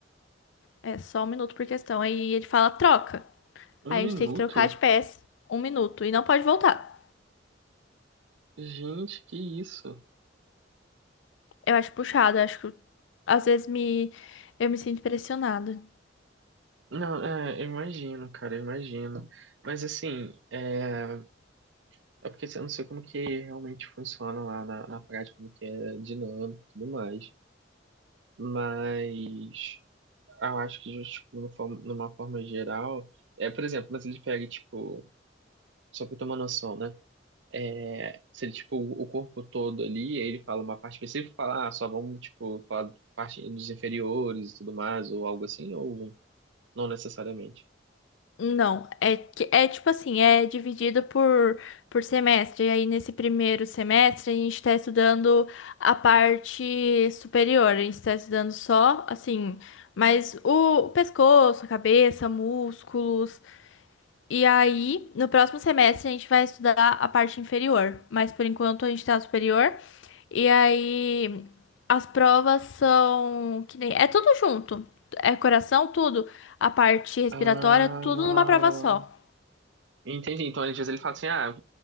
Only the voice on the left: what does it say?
É só um minuto por questão. Aí ele fala troca.
Aí
a gente tem que trocar de peça, um minuto, e não pode voltar.
Eu acho puxado, eu acho que às vezes me, eu me sinto pressionada.
Não, é, que- é tipo assim, é dividido por, por semestre. E aí, nesse primeiro semestre, a gente está estudando a parte superior. A gente está estudando só, assim, mas o, o pescoço, a cabeça, músculos. E aí, no próximo semestre, a gente vai estudar a parte inferior, mas por enquanto a gente está superior. E aí, as provas são que nem. É tudo junto. É coração, tudo. A parte respiratória,
tudo numa prova só.